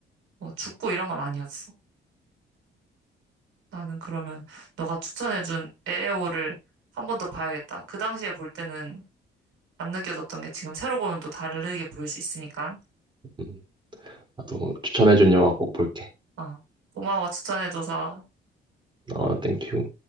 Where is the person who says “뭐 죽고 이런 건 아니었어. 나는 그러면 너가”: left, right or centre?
Right